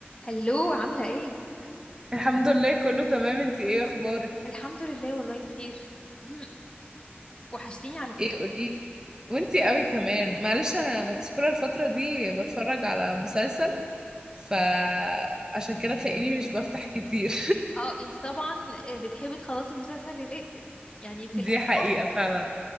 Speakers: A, on the left; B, on the right.
A: هلو عاملة ايه؟
B: الحمد لله كله تمام انتي ايه اخبارك
A: الحمد لله والله بخير مهم. وحشتيني على فكرة
B: ايه قوليلي وانتي قوي كمان معلش انا مسحولة الفترة دي بتفرج على مسلسل فعشان كده تلاقيني مش بفتح كتير
A: اه انت طبعا بتحبي تخلصي مسلسل للآخر يعني
B: <laughs>
A: في
B: دي
A: الأول
B: حقيقة فعلا